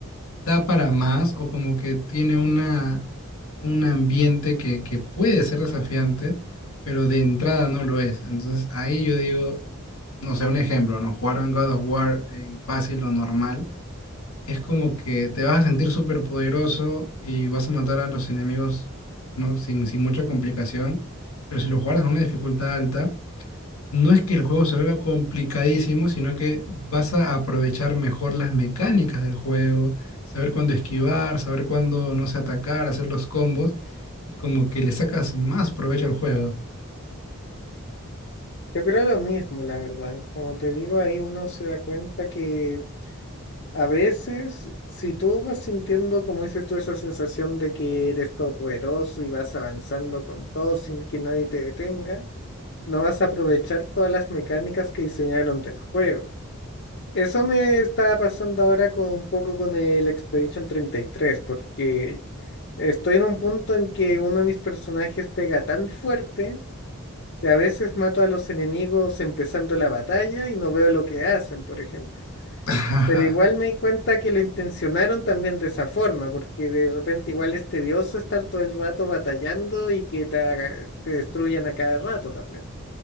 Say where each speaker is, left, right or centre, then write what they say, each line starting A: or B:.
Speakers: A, on the left; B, on the left.
A: da para más o como que tiene una, un ambiente que, que puede ser desafiante, pero de entrada no lo es. Entonces ahí yo digo, no sé, un ejemplo, ¿no? Jugar un God of War en fácil o normal es como que te vas a sentir súper poderoso y vas a matar a los enemigos, ¿no? Sin, sin mucha complicación, pero si lo jugaras en una dificultad alta, no es que el juego se vuelva complicadísimo, sino que vas a aprovechar mejor las mecánicas del juego, saber cuándo esquivar, saber cuándo, no sé, atacar, hacer los combos, y como que le sacas más provecho al juego.
B: Yo creo lo mismo, la verdad. Como te digo, ahí uno se da cuenta que a veces, si tú vas sintiendo, como dices tú, esa sensación de que eres todopoderoso y vas avanzando con todo sin que nadie te detenga, no vas a aprovechar todas las mecánicas que diseñaron del juego. Eso me está pasando ahora con un poco con el Expedition treinta y tres, porque estoy en un punto en que uno de mis personajes pega tan fuerte que a veces mato a los enemigos empezando la batalla y no veo lo que hacen, por ejemplo.
A: <laughs>
B: Pero igual me di cuenta que lo intencionaron también de esa forma, porque de repente igual es tedioso estar todo el rato batallando y que te, haga- te destruyan a cada rato también.